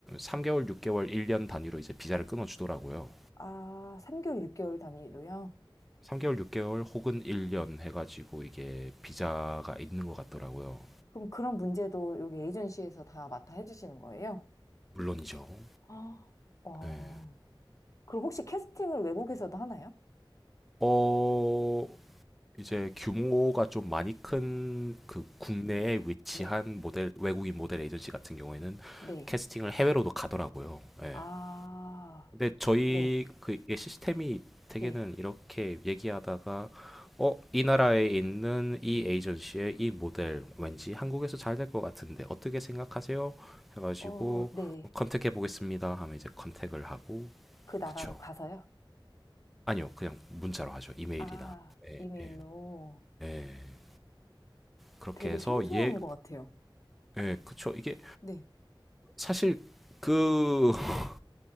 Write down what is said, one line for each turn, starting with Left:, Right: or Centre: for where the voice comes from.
Centre: 3개월, 6개월, 1년 단위로 이제 비자를 끊어주더라고요.
Left: 아, 3개월, 6개월 단위로요?
Centre: 3개월, 6개월 혹은 1년 해가지고 이게 비자가 있는 것 같더라고요.
Left: 그럼 그런 문제도 여기 에이전시에서 다 맡아 해주시는 거예요?
Centre: 물론이죠.
Left: 아, 와.
Centre: 네.
Left: 그럼 혹시 캐스팅을 외국에서도 하나요?
Centre: 어, 이제 규모가 좀 많이 큰 그 국내에 위치한
Left: 네.
Centre: 모델 외국인 모델 에이전시 같은 경우에는
Left: 네.
Centre: 캐스팅을 해외로도 가더라고요. 예.
Left: 아.
Centre: 근데 저희
Left: 네,
Centre: 그게 시스템이 되게는
Left: 네,
Centre: 이렇게 얘기하다가 어, 이 나라에 있는 이 에이전시의 이 모델 왠지 한국에서 잘 될 것 같은데 어떻게 생각하세요? 해가지고
Left: 어, 네.
Centre: 어, 컨택해 보겠습니다 하면 이제 컨택을 하고
Left: 그 나라로
Centre: 그쵸?
Left: 가서요?
Centre: 아니요 그냥 문자로 하죠 이메일이나
Left: 아,
Centre: 예,
Left: 이메일로
Centre: 예, 예. 그렇게
Left: 되게
Centre: 해서
Left: 생소한
Centre: 얘
Left: 것 같아요.
Centre: 예, 그쵸. 이게
Left: 네.
Centre: 사실 그 <laughs>